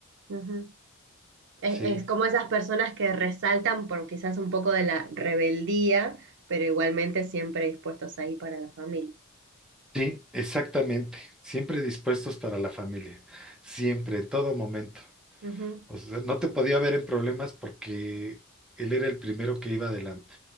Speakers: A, on the right; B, in the centre.
A: ujú. Es,
B: sí.
A: es como esas personas que resaltan por quizás un poco de la rebeldía, pero igualmente siempre dispuestos ahí para la familia.
B: Sí, exactamente. Siempre dispuestos para la familia. Siempre, en todo momento.
A: Ujú,
B: O sea, no te podía ver en problemas porque él era el primero que iba adelante.